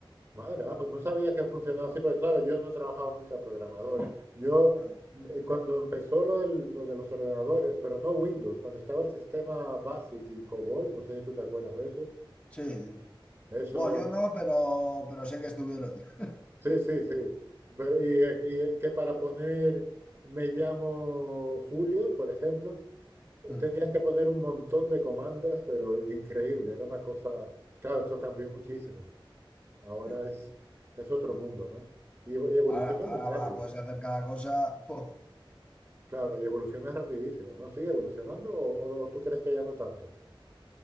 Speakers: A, on the right (about 30°); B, on the left (about 15°).
A: Madre, ah, pues no sabía que funcionaba así, porque claro, yo no he trabajado nunca programador. Yo,
B: <laughs>
A: mm, eh, cuando empezó lo, del- lo de los ordenadores, pero no Windows, cuando estaba el sistema BASIC y COBOL, no sé si tú te acuerdas de eso,
B: Sí, sí.
A: eso,
B: Bueno, yo no, pero, pero sé que estuvieron. <laughs>
A: sí, sí, sí, pero y, eh, y, eh, que para poner me llamo Julio, por ejemplo, eh,
B: Mm.
A: tenías que poner un montón de comandas, pero increíble, era una cosa, claro, esto cambió muchísimo. Ahora
B: Sí.
A: es, es otro mundo, ¿no? Y evo- evoluciona
B: Ahora, ahora
A: muy rápido.
B: va, puedes hacer cada cosa. <laughs> po.
A: Claro, y evoluciona rapidísimo, ¿no? ¿Sigue evolucionando o, o tú crees que ya no tanto?